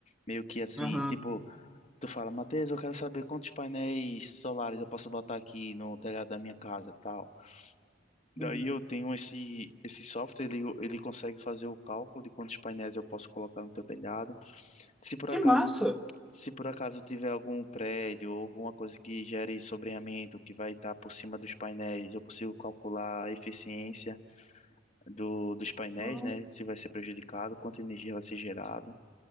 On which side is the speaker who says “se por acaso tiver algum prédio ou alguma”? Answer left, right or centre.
Left